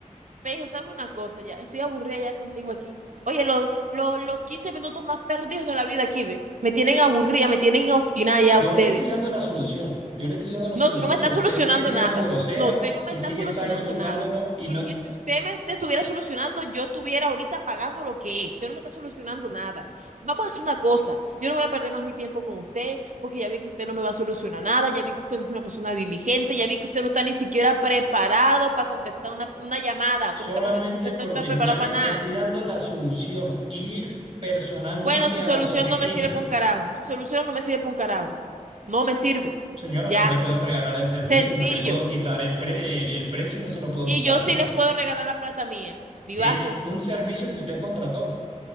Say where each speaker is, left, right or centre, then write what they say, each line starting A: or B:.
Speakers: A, on the right; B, on the right.
A: Me dijo, ¿sabes una cosa ya? Estoy aburrida ya contigo aquí. Oye, los, los, los 15 minutos más perdidos de la vida aquí, ¿ve? Me tienen aburrida, me tienen obstinada ya
B: Yo
A: ustedes.
B: le estoy dando la solución, yo le estoy dando la
A: No,
B: solución,
A: tú no me estás
B: pero usted
A: solucionando
B: sigue siendo
A: nada.
B: grosera
A: No, usted no me
B: y
A: está
B: sigue
A: solucionando
B: está insultándolo
A: nada.
B: y
A: Porque
B: no
A: si usted me usted estuviera solucionando, yo estuviera ahorita pagando lo que es. Usted no me está solucionando nada. Vamos a hacer una cosa. Yo no voy a perder más mi tiempo con usted, porque ya vi que usted no me va a solucionar nada, ya vi que usted no es una persona diligente, ya vi que usted no está ni siquiera preparado para contestar una, una llamada. Usted
B: solamente
A: no está, no está-
B: porque
A: no está preparado
B: ya
A: para
B: le, le
A: nada.
B: estoy dando la solución, ir personalmente
A: Bueno, su
B: a
A: solución
B: las oficinas.
A: no me sirve para un carajo. Su solución no me sirve para un carajo. No me sirve.
B: Señora,
A: Ya.
B: no le puedo regalar el servicio
A: Sencillo.
B: y no le puedo quitar el, pre- el el precio, no se lo puedo
A: Y
B: quitar
A: yo sí
B: yo.
A: les puedo regalar la plata mía, vivazos,
B: Es un servicio que usted contrató.